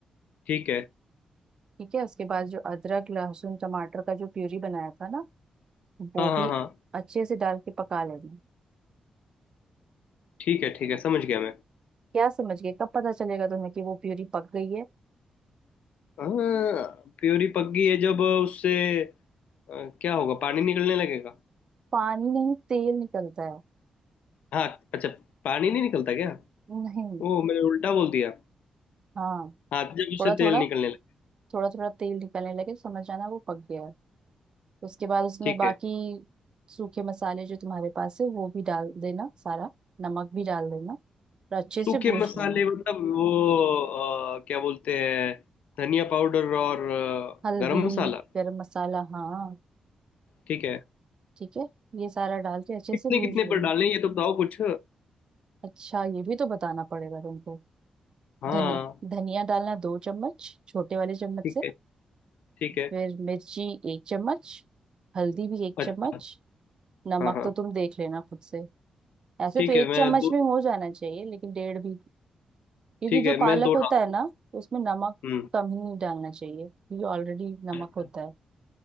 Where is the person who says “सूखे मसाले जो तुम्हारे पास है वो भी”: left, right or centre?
Right